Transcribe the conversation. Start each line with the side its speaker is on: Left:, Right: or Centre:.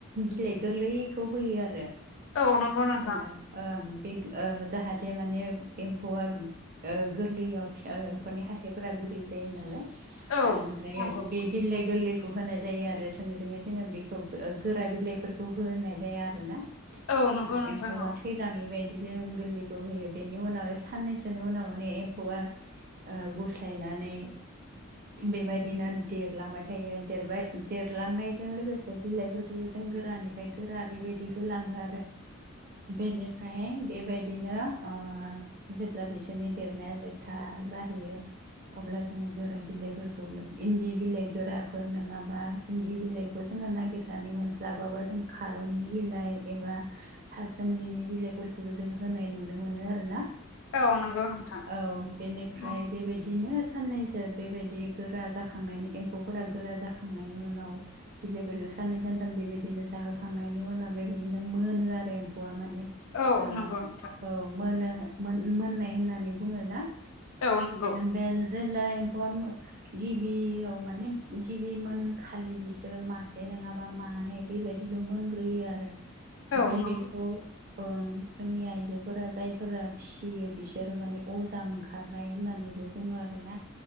Right: बिलाइ गोरलैखौ होयो। होयो आरो
Left: औ नंगौ नोंथां
Right: ओ ओं ओं बे ओं जाहाथे माने एम्फौआ ओ गोरलैयाव ओ एम्फौनि हाथाइफोरा गुरै जायो नालाय
Left: औ
Right: इनिफ्राय
Left: नंगौ
Right: बे बिलाय गोरलैखौ होनाय जायो। जायो आरो थोंजोङै जोङो बेखौ ओ गोरा बिलाइफोरखौ होनाय जाया आरोना ओ
Left: औ नंगौ नोंथां
Right: एम्फौआ
Left: औ
Right: थैलाङै बायदि बि बे ओं गोरलैखौ होयो बेनि उनाव साननैसोनि उनाव माने एम्फौआ ओ गुस्लायनानै बेबायदिनो देरलांबाय थायो देरबाय देरलांनायजों लोगोसे बिलाइफोरखौबो जों गोरानिफ्राय गोरा बेबायदि होलाङो आरो बेनिफ्राय बेबाय दिनो ओ जेब्ला बिसोरनि देरनाया जोबथा जाहैयो अब्ला जोङो गोरा बिलाइफोरखौ इन्दि बिलाइ गोराफोर नोंङाबा इन्दि बिलाइखौ जों जोङो नागिरनानै मोनस्लाबाबा जों खारंनि बिलाइ एबा थासोमलिनि बिलाइफोरख खौबो जों होनाय नुनो मोनो आरोना।
Left: औ नंगौ नोंथां।
Right: औ बेनिफ्राय
Left: औ
Right: बेबायदिनो साननैसो बेबायदि गोरा जाखांनायनि एम्फौफोरा गोरा जाखां खांनायनि उनाव बिलाइफोरखौ साननै सानथाम बेबायदिनो जाहोखांनायनि उनाव बेबायदिनो मोनो आर रो एम्फौआ माने
Left: औ नंगौ नोंथां औ
Right: ओ
Left: नंगौ नोंथां
Right: औ। मोनो मोन मोननाय होननानै बुङो ना।
Left: औ नंगौ
Right: ओमफाय जेब्ला एम्फौआ गिबियाव माने गिबिमोन खालि बिसोरो मासे नोंङाबा मानै बेबायदिल' मोनग्रोयो आरो। ओमफाय
Left: औ नंगौ
Right: बेखौ ओं जोंनि आइजोफोरा जायफोरा फिसियो बिसोरो माने अजा ओंखारनाय होननानैबो बुङो आरोना